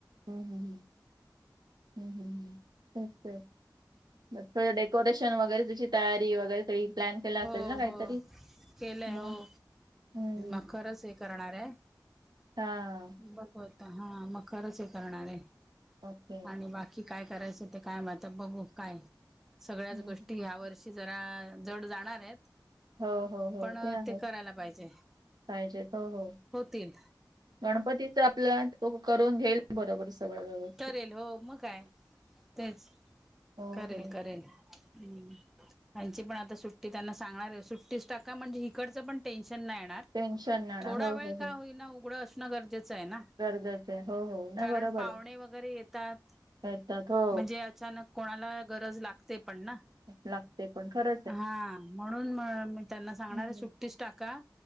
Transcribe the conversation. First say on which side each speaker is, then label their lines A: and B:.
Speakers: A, on the right (about 65°); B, in the centre.
A: हम्म हम्म हम्म हम्म हम्म हम्म तेच ते ब थोड डेकोरेशन वगैरे त्याची तयारी वगैरे सगळी प्लॅन केला असेल
B: हो
A: ना काहीतरी
B: हो केलय
A: मग
B: हो.
A: हम्म.
B: मखरच हे करणार आहे.
A: हा
B: बस होत. हा मखरच हे करणार आहे.
A: ओके
B: आणि बाकी काय करायच ते काय माहिती आता बघू. काय सगळ्याच
A: हम्म.
B: गोष्टी ह्या वर्षी ही जरा जड जाणार आहेत.
A: हो हो हो
B: पण
A: ते आहे.
B: करायला पाहिजे
A: पाहिजेत हो हो.
B: होतील
A: गणपतीच आपल्या तो करून घेईल बरोबर सगळ वेव
B: करेल हो मग काय, तेच.
A: हो
B: करेल
A: हो
B: करेल हम्म, आमची पण आता सुट्टी त्यांना सांगणार आहे सुट्टीस टाका. म्हणजे इकडच पण टेन्शन नाही येणार.
A: टेन्शन नाही येणार.
B: थोडा
A: हो
B: वेळ
A: हो
B: का
A: हो
B: होईना, उघड असण गरजेच आहे ना.
A: गरजेचं आहे हो हो नाही
B: कारण
A: बरोबर
B: पाहुणे
A: आहे
B: वगैरे येतात.
A: येतात हो
B: म्हणजे अचानक कोणाला गरज लागते पण ना.
A: लागते पण खर
B: हा म्हणून म मी त्यांना सांगणार
A: हं,
B: आहे सुट्टी ट्टीच टाका.